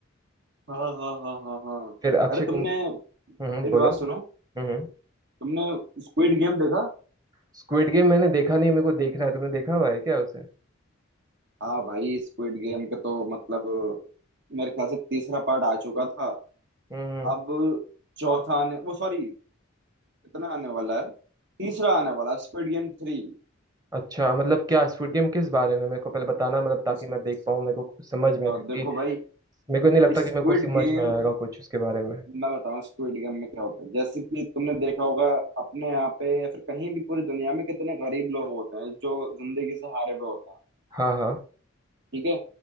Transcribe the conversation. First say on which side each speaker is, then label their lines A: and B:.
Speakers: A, on the right; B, on the right.
A: हाँ हाँ हाँ हाँ हाँ
B: फिर अक्षय
A: अरे
B: कुमार
A: तुमने
B: हम्म हम्म,
A: मेरी
B: बोलो
A: बात सुनो
B: हम्म
A: तुमने स्क्विड गेम देखा
B: स्क्विड गेम मैंने देखा नहीं मेरे को देखना है तुमने देखा हुआ है क्या उसे
A: हाँ भाई स्क्विड गेम का तो मतलब मेरे ख्याल से तीसरा पार्ट आ चुका था
B: हम्म हम्म।
A: अब चौथा आने वो सॉरी कितना आने वाला है तीसरा आने वाला स्क्विड गेम थ्री
B: अच्छा मतलब क्या स्quid गेम किस बारे में मेरे को पहले बताना मतलब ताकि
A: अच्छा
B: मैं देख पाऊँ मेरे को कुछ समझ में क्योंकि
A: देखो भाई
B: मेरे को नहीं लगता
A: स्क्विड
B: कि मेरे को समझ
A: गेम
B: में आएगा कुछ उसके बारे में
A: मैं बताऊं स्क्विड गेम में क्या होता है जैसे कि तुमने देखा होगा अपने यहाँ पे या फिर कहीं भी पूरी दुनिया में कितने गरीब लोग होते हैं जो जिंदगी से हारे हुए होते हैं
B: हाँ हाँ
A: ठीक है